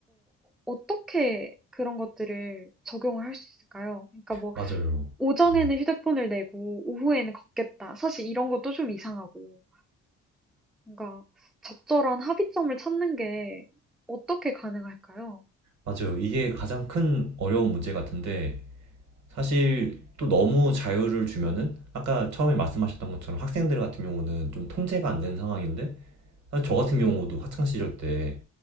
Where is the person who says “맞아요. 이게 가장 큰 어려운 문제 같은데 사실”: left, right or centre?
Right